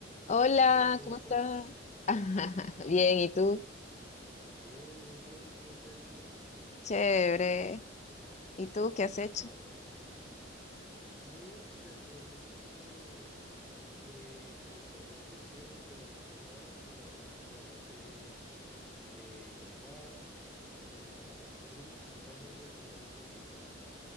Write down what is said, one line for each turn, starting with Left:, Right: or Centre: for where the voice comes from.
Left: Hola,
Centre: Hola, ¿cómo
Left: ¿cómo
Centre: estás?
Left: estás? <laughs> Bien, ¿y tú?
Centre: Bien, muy bien, ¿cómo te digo?
Left: Chévere. ¿Y tú qué has
Centre: Ah,
Left: hecho?
Centre: bueno. Bien, pues imagínate que, que, que pues todo me ha ido bien, pero pues nada, pues ahorita con ganas de, de viajar, tengo ganas, tengo mu- ganas de hacer varias cositas,